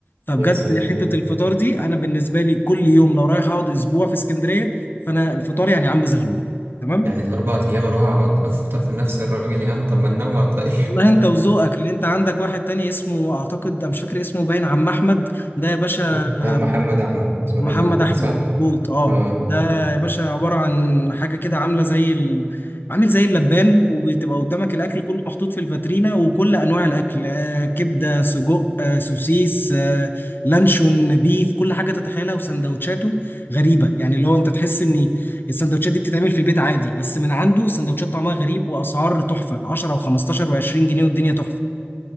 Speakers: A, on the left; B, on the right.
A: فبجد
B: يا سلام
A: حته الفطار دي انا بالنسبه لي كل يوم لو رايح اقعد اسبوع في اسكندريه فانا الفطار يعني عم زغلول تمام
B: يعني الاربع ايام اروح اقعد افطر في نفس الراجل يا عم طب ما ننوع طيب
A: والله انت وذوقك لان انت عندك واحد تاني اسمه اعتقد أنا مش فاكر اسمه باين عم احمد ده يا باشا
B: <laughs> محمد احمد اسمه
A: محمد
B: محمد احمد
A: احمد
B: صح اه
A: مظبوط اه
B: آه.
A: ده يا باشا عباره عن حاجه كده عامله زي ال... عامل زي اللبان وبتبقى قدامك الاكل كله محطوط في الفاترينا وكل انواع الاكل آه كبده سجق آه سوسيس آه لانشون بيف كل حاجه تتخيلها وسندوتشاته غريبه يعني اللي هو انت تحس ان السندوتشات دي بتتعمل في البيت عادي بس من عنده السندوتشات طعمها غريب واسعار تحفه 10 و15 و20 جنيه والدنيا تحفه